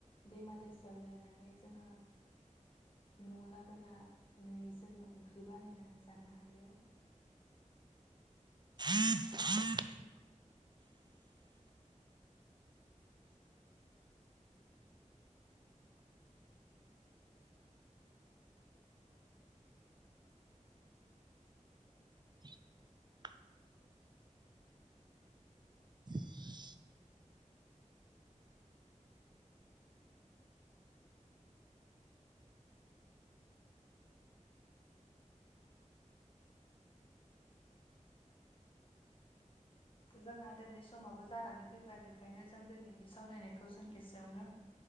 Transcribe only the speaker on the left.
दैमा-दैसायाव लायनानै जोङो
न'आव लाबोना नै जोङो ओंख्रि बानायनानै जानो हायो।
जोंहा दोनै समाबो जानानै फैबाय बेखायनो जों दोनैनि सावरायनायखौ जों एसेयावनो